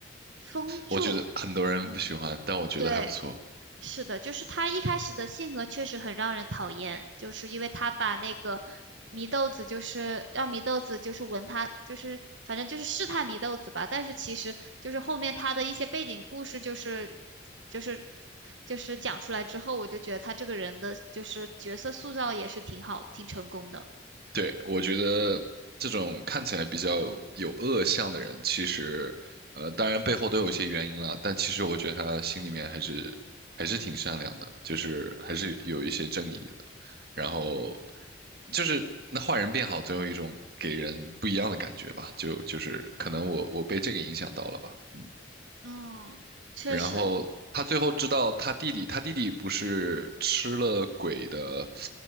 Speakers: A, on the right; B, on the right.
A: 风柱，
B: 我觉得很多人不喜欢，
A: 嗯，
B: 但我觉得还不错。
A: 对。是的，就是他一开始的性格确实很让人讨厌，就是因为他把那个祢豆子，就是让祢豆子就是闻他，就是反正就是试探祢豆子吧。但是其实就是后面他的一些背景故事，就是就是就是讲出来之后，我就觉得他这个人的就是角色塑造也是挺好，挺成功的。
B: 对，我觉得这种看起来比较有恶相的人，其实，呃，当然背后都有一些原因啦，但其实我觉得他心里面还是还是挺善良的，就是还是有一些正义的。然后就是那坏人变好，总有一种给人不一样的感觉吧，就就是可能我我被这个影响到了吧，嗯。
A: 嗯，确实，
B: 然后他最后知道他弟弟，他弟弟不是吃了鬼的，